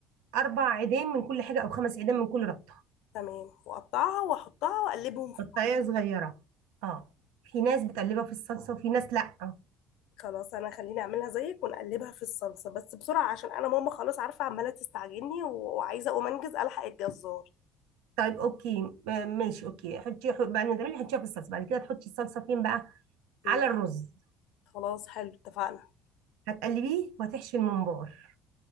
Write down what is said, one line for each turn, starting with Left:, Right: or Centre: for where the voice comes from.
Right: اربع عيدان من كل حاجه او خمس عيدان من كل ربطه
Left: تمام واقطعها واحطها واقلبهم في
Right: قطعيه
Left: بعض
Right: صغيره اه في ناس بتقلبها في الصلصه وفي ناس لا
Left: خلاص انا خليني اعملها زيك ونقلبها في الصلصه بس بسرعه عشان انا ماما خلاص عارفه عماله تستعجلني و- وعايزه اقوم انجز الحق الجزار
Right: طيب اوكي آه، ماشي اوكي حطي حط- بعد ما تعملي حطيها في الصلصه بعد كده تحطي الصلصه فين بقى
Left: مم.
Right: على الرز
Left: خلاص حلو اتفقنا
Right: هتقلبيه وهتحشي الممبار